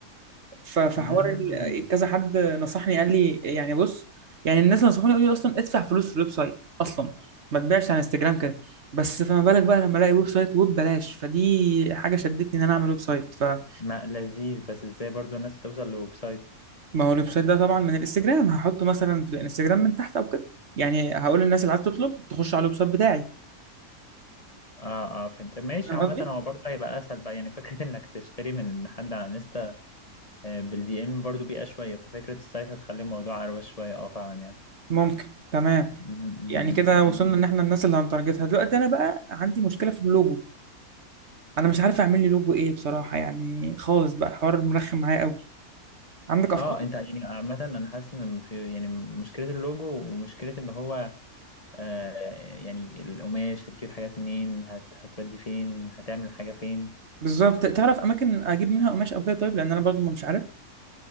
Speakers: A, on the right (about 50°); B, on the left (about 25°).
A: ف- فحوار
B: امم
A: ال- كذا حد نصحني قال لي يعني بص يعني الناس اللي نصحوني قالوا لي اصلا ادفع فلوس في الويب سايت اصلا ما تبيعش على انستجرام كده بس فما بالك بقى لما الاقي ويب سايت وببلاش فدي حاجه شدتني ان انا اعمل ويب سايت فما
B: ما لذيذ بس ازاي برضو الناس توصل لويب سايت
A: هو الويب سايت ده طبعا من الانستجرام هحطه مثلا في الانستجرام من تحت او كده يعني هقول للناس اللي عايز تطلب تخش على الويب سايت بتاعي
B: اه اه فهمت ماشي
A: فاهم
B: عامة
A: قصدي
B: هو برضه هيبقى اسهل بقى يعني فكرة <laughs> انك تشتري من حد على انستا آه، بالدي ام برضه بيئة شوية ففكرة السايت هتخلي الموضوع اروش شوية اه فعلا يعني
A: ممكن تمام
B: مم، مم،
A: يعني كده وصلنا
B: مم.
A: ان احنا الناس اللي هنتارجتها دلوقتي انا بقى عندي مشكله في اللوجو انا مش عارف اعمل لي لوجو ايه بصراحه يعني خالص بقى الحوار مرخم معايا قوي عندك افكار
B: اه انت يعني عامة انا حاسس ان في يعني مشكلة اللوجو ومشكلة ان هو آه يعني القماش هتجيب الحاجات منين هت هتودي فين هتعمل حاجة فين
A: بالظبط تعرف اماكن اجيب منها قماش او كده طيب لان انا برضو ما مش عارف